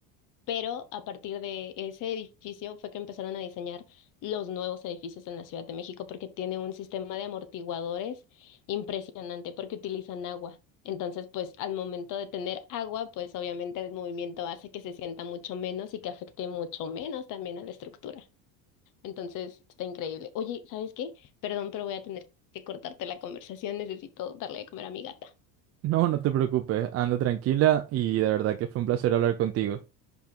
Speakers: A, on the left; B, on the right.
A: pero a partir de ese edificio fue que empezaron a diseñar los nuevos edificios en la Ciudad de México, porque tiene un sistema de amortiguadores impresionante, porque utilizan agua. Entonces, pues al momento de tener agua, pues obviamente el movimiento hace que se sienta mucho menos y que afecte mucho menos también a la estructura. Entonces, está increíble. Oye, ¿sabes qué? Perdón, pero voy a tener que cortarte la conversación. Necesito darle de comer a mi gata.
B: No, no te preocupes, anda tranquila y de verdad que fue un placer hablar contigo.